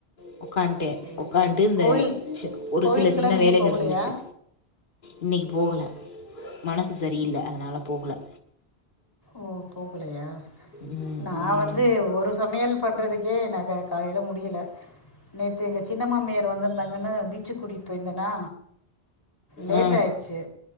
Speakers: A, on the left (about 50°); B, on the left (about 20°).
A: ட்டு உக்காண்ட்டே
B: சரி
A: உக்காண்ட்டு
B: சரி
A: இந்த
B: கோயில்
A: ச ச்ஒரு
B: கோயிலுக்கெல்லாம்
A: சில சின்ன
B: எங்கேயும்
A: வேலைகள்
B: போகலையா
A: இருந்துச்சு இன்னைக்கு போகல மனசு சரியில்ல அதனாலபோகலை
B: ஓ போகலையா
A: ம்,
B: நான்
A: ம்.
B: வந்து ஒரு சமையல் பண்ணுறதுக்கே நாங்க காலையி முடியல நேத்தி எங்க சின்ன மாமியார் வந்திருந்தாங்கன்னு பீச்சு கூட்டிட்டு போயிருந்தேனா லேட்
A: ஆ
B: ஆயிடுச்சு